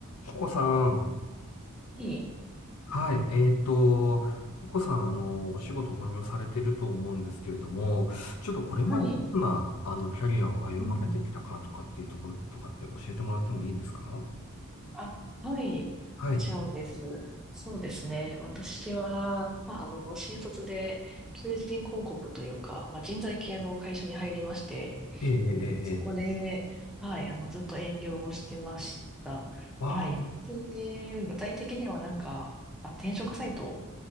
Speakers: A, on the left (about 85°); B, in the centre.
A: ココさん。
B: はい。
A: はい。えっと、ココさん、あの、お仕事本業されてると思うんですけれども、ちょっとこれまでどんな、
B: はい。
A: あの、キャリアを歩まれてきたかとかっていうところとかって教えてもらってもいいですか
B: うんうん。あ、はい。
A: はい。
B: もちろんです。そうですね。私は、まあ、あの、新卒で求人広告というか、まあ、人材系の会社に入りまして、
A: ええ、ええ、
B: そこで、
A: ええ。
B: はい、あの、ずっと営業をしてました。
A: ああ、
B: はい。で、具体的にはなんか、まあ、転職サイト